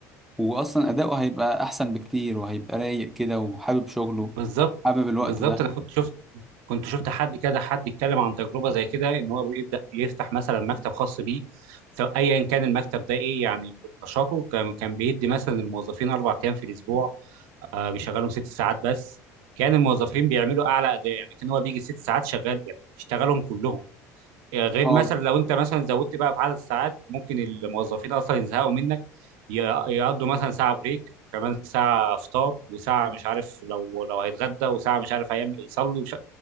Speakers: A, in the centre; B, on the right.
A: وأصلا أداؤه هيبقى أحسن بكتير وهيبقى رايق كده وحابب شغله
B: بالظبط
A: حابب الوقت
B: بالظبط
A: ده
B: انا كنت شفت كنت شفت حد كده حد يتكلم عن تجربه زي كده ان هو بيبدا يفتح مثلا مكتب خاص بيه سواء ايا كان المكتب ده ايه يعني نشاطه كان كان بيدي مثلا الموظفين اربع ايام في الاسبوع آه بيشغلهم ست ساعات بس كان الموظفين بيعملوا اعلى اداء يعني كان هو بيجي ست ساعات شغال يعني يشتغلهم كلهم يعني غير
A: اه
B: مثلا لو انت مثلا زودت بقى في عدد الساعات ممكن الموظفين اصلا يزهقوا منك ي- يقضوا مثلا ساعه بريك وكمان ساعه فطار وساعه مش عارف لو لو هيتغدى وساعه مش عارف هيعمل يصلي وش...